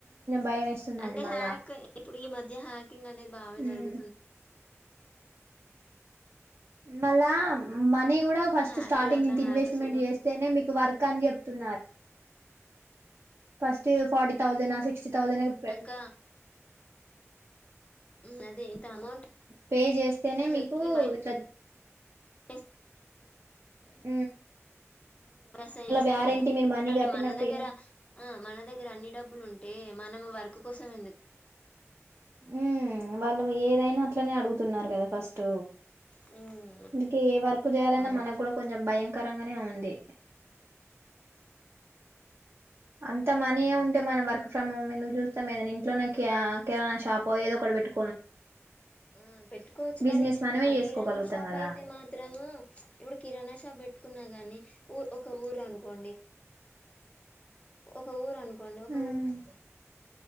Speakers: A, on the right; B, on the left.
A: భయం వేస్తుందండి
B: అంటే
A: మళ్ళా
B: హ్యాక్ అయి ఇప్పుడు ఈ మధ్య హ్యాక్ కుకింగ్ అనేది బాగా
A: ఉమ్
B: జరుగుతుంది కదా
A: మళ్ళా మనీ కూడా ఫస్ట్
B: హ్యాక్
A: స్టార్టింగ్
B: అట్లా
A: ఇంత
B: హ్యాకర్స్
A: ఇన్వెస్ట్మెంట్ చేస్తేనే మీకు వర్క్ కని చెపుతున్నారు
B: ఉ అ
A: first forty thousand sixty thousand
B: చేసినంక హ్మ్. అదే ఇంత అమౌంట్
A: పే చేస్తేనే
B: అని చెప్పి
A: మీకు ఇట్లా
B: కదా
A: ఉ
B: రసాయనిశ
A: వ్యారంటీ
B: అంటన్నారుంటే
A: మీరు మనీ కట్టినట్టు
B: మన దగ్గర
A: ఏమి
B: ఆ మన దగ్గర అన్ని డబ్బులు ఉంటే మనం వర్క్ కోసం ఎందుకు వెళ్తాం
A: ఉ వాళ్ళు ఏదైనా అట్లనే అడుగుతున్నారు కదా ఫస్ట్
B: హ్మ్.
A: అందుకే ఏ వర్క్ చేయాలన్నా
B: అవును.
A: మనకు కూడా కొంచెం భయం కరంగానే ఉంది అంత మనీయ ఉంటే మన వర్ ఫ్రమ్ హోమ్ ఎందుకు చూస్తాం ఏదనా ఇంట్లోనే కిరాణా షాపో ఏదో ఒకటి పెట్టుకోలేమ.
B: ఆ పెట్టుకోవచ్చు కానీ
A: బిజినెస్ మనమే
B: ఆ
A: చేసుకోగలుగుతాం
B: కిరాణా షాప్
A: కదా
B: అయితే మాత్రము ఇప్పుడు కిరాణా షాప్ పెట్టు కున్నా గాని ఊ ఒక ఊరు అనుకోండి ఒక ఊరును పండ ఒక
A: ఉమ్